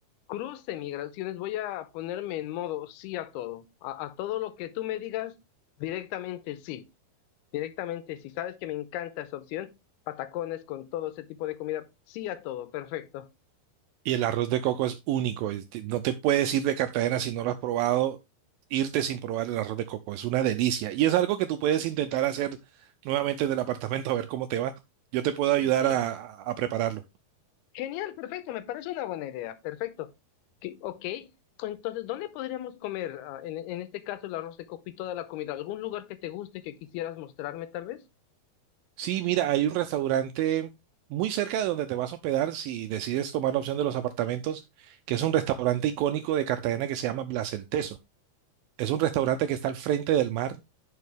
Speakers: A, on the left; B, on the right.
A: cruce migraciones, voy a ponerme en modo sí a todo. A, a todo lo que tú me digas, directamente sí. Directamente sí. Sabes que me encanta esa opción. Patacones con todo ese tipo de comida. Sí a todo, perfecto.
B: Y el arroz de coco es único. es de- No te puedes ir de Cartagena si no lo has probado, irte sin probar el arroz de coco. Es una delicia. Y es algo que tú puedes intentar hacer nuevamente del apartamento a ver cómo te va. Yo te puedo
A: Y
B: ayudar
A: sí,
B: a a prepararlo.
A: genial, perfecto. Me parece una buena idea. Perfecto. Que- Ok. Entonces, ¿dónde podríamos comer, ah, en, en este caso, el arroz de coco y toda la comida? ¿Algún lugar que te guste que quisieras mostrarme, tal vez?
B: Sí, mira, hay un restaurante muy cerca de donde te vas a hospedar si decides tomar la opción de los apartamentos, que es un restaurante icónico de Cartagena que se llama Blas el Teso. Es un restaurante que está al frente del mar,